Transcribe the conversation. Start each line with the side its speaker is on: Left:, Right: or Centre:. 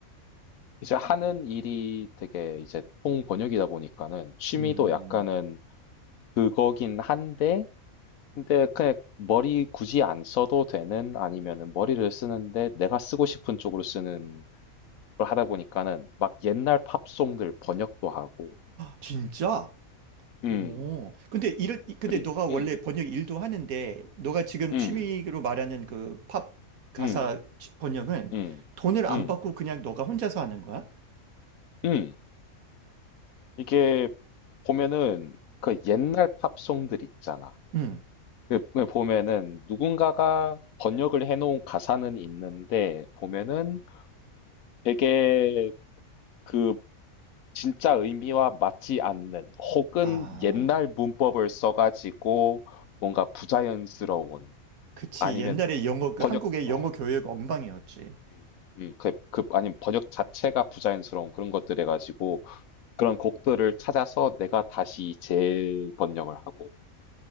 Left: 이제 하는 일이 되게 이제 통번역이다 보니까는 취미도
Right: 음,
Left: 약간은 그거긴 한데, 근데 그냥 머리 굳이 안 써도 되는 아니면은 머리를 쓰는데 내가 쓰고 싶은 쪽으로 쓰는 걸 하다 보니까는 막 옛날 팝송들 번역도 하고,
Right: 진짜?
Left: 음.
Right: 어, 근데 일, 근데
Left: 그리
Right: 너가 원래
Left: 음.
Right: 번역 일도 하는데, 너가 지금
Left: 음.
Right: 취미로 말하는 그 팝 가사
Left: 음.
Right: 치- 번역은
Left: 음.
Right: 돈을 안
Left: 음.
Right: 받고 그냥 너가 혼자서 하는 거야?
Left: 음. 이게 보면은 그 옛날 팝송들 있잖아.
Right: 음,
Left: 그 그 보면은 누군가가 번역을 해놓은 가사는 있는데 보면은 되게 그 진짜 의미와 맞지 않는 혹은
Right: 아,
Left: 옛날 문법을 써가지고 뭔가 부자연스러운
Right: 그치.
Left: 아니면
Right: 옛날에 영어, 그
Left: 번역
Right: 한국의
Left: 어,
Right: 영어 교육 엉망이었지.
Left: 음, 음, 그, 그, 아니면 번역 자체가 부자연스러운 그런 것들 해가지고 그런 곡들을 찾아서 내가 다시 재번역을 하고